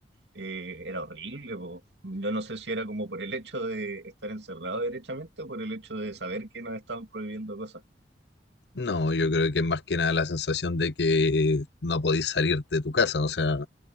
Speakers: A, on the right; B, on the left.
A: eh, era horrible. po. Yo no sé si era como por el hecho de estar encerrado derechamente o por el hecho de saber que nos estaban prohibiendo cosas.
B: No, yo creo que es más que nada la sensación de que no podís salir de tu casa, o sea,